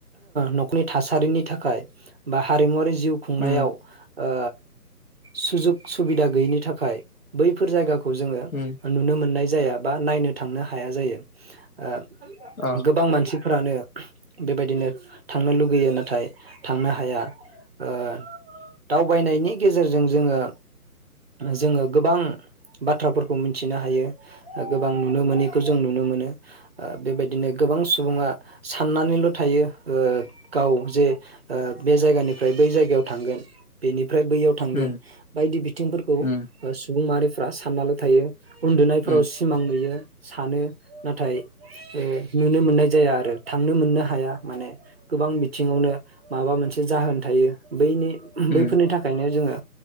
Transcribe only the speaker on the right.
न'खरनि थासारिनि थाखाय बा हारिमुवारि। जिउ खुंनायाव
ओ सुजुग सुबिदा गैयिनि थाखाय बैफोर जायगा खौ जोङो
नुनो मोननाय जा जाया बा नायनो थांनो हाया जायो ओ
गोबां मानसि फोरानो बेबायदिनो थांनो लुबैयो नाथाय थांनो हाया ओ दावबायनायनि गेजेरजों जोङो जोङो गोबां बाथ्राफोरखौ मिथिनो हायो गोबां नुनो मोनैखौ जों नुनो मोनो ओ बेबायदिनो गोबां सुबुङा साननानैल' थायो ओ गाव जे ओ बे जायगानिफ्राय बै जायगायाव थांगोन बेनि फ्राय बैयाव थांगोन
बायदि बिथिंफोरखौ
सुबुं माहारि फ्रा साननाल' थायो। उन्दुनायफोराव
सिमां नुयो। सानो नाथाय ओ नुनो मोननाय जाया आरो थांनो मोननो हाया माने गोबां बिथिङावनो माबा मोनसे जाहोन थायो बैनि
बैफोरनि थाखायनो जोङो